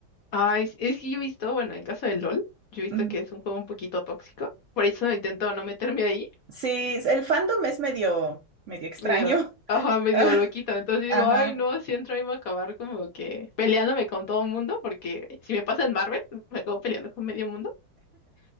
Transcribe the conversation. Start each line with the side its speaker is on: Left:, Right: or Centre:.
Left: Ay, es es que yo he visto, bueno, en caso del LOL, yo he visto
Right: Ujú.
Left: que es un juego un poquito tóxico. Por eso intento no meterme ahí.
Right: Sí, el fandom es medio, medio extraño.
Left: medio, ajá, medio
Right: <laughs>
Left: loquito Entonces digo,
Right: Ajá,
Left: ay, no, si entro ahí voy a acabar como que peleándome con todo el mundo, porque si me pasa en Marvel, me acabo peleando con medio mundo.